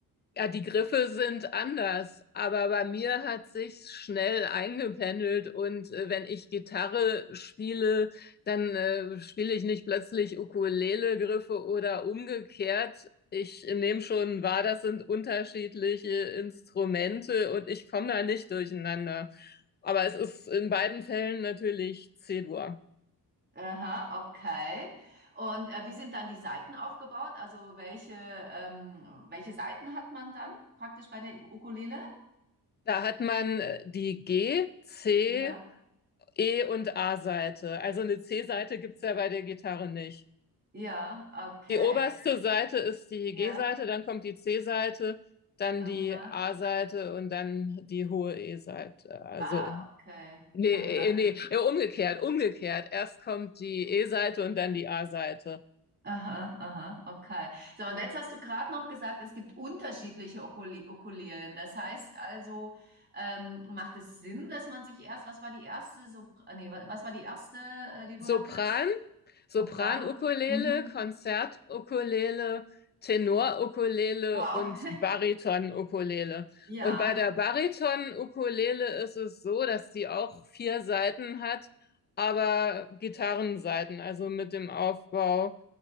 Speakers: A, on the left; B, on the right.
A: Ja, die Griffe sind anders, aber bei mir hat sich schnell eingependelt und äh, wenn ich Gitarre spiele, dann äh, spiele ich nicht plötzlich Ukulele-Griffe oder umgekehrt. Ich nehme schon wahr, das sind unterschiedliche Instrumente und ich komme da nicht durcheinander. Aber es ist in beiden Fällen natürlich C-Dur.
B: Aha, okay. Und äh, wie sind dann die Saiten aufgebaut? Also welche, ähm, welche Saiten hat man dann praktisch bei der Ukulele?
A: Da hat man äh, die G, C,
B: Ja.
A: E und A-Seite. Also eine C-Seite gibt's ja bei der Gitarre nicht.
B: Ja, okay.
A: Die oberste Seite ist die
B: Ja,
A: G-Seite, dann kommt die C-Seite, dann die
B: aha.
A: A-Seite und dann die hohe E-Seite. Also,
B: Ah, okay.
A: nee,
B: Aha,
A: äh, nee, äh, umgekehrt, umgekehrt. Erst kommt die E-Seite und dann die A-Seite.
B: aha, aha, okay. So, und jetzt hast du gerade noch gesagt, es gibt unterschiedliche Ukule Ukulelen. Das heißt also, ähm, macht es Sinn, dass man sich erst, was war die erste, Sopr nee, wa- was war die erste, äh, die du
A: Sopran,
B: hattest?
A: Sopran-Ukulele,
B: Sopran? Mhm.
A: Konzert-Ukulele, Tenor-Ukulele
B: Wow.
A: und Bariton-Ukulele.
B: Ja.
A: Und bei der Bariton-Ukulele ist es so, dass die auch vier Saiten hat, aber Gitarrensaiten, also mit dem Aufbau